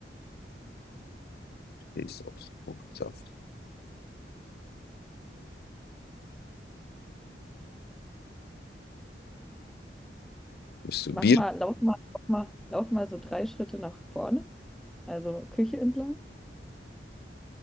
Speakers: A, on the left (about 60°); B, in the centre.
A: stehst du aus Fruchtsaft. Bist du
B: Mach
A: Bier?
B: mal, lauf mal, lauf mal, lauf mal so drei Schritte nach vorne, also Küche entlang.